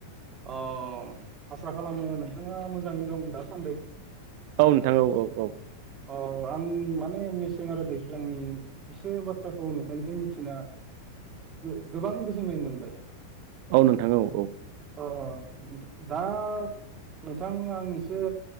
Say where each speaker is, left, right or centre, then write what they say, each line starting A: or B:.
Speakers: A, on the right (about 25°); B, on the right (about 45°).
A: अ आसा खालामो नोंथाङा मोजाङैनो दं दासान्दै
B: औ नोंथां औ औ औ
A: औ आं माने मेसें आरो दैज्लांनि एसे बाथ्राखौ नोंथांनिफ्राय मिथिना गो-गोबां गोजोननाय मोनबाय
B: औ नोंथां औ औ
A: अ अ दा नोंथां आं एसे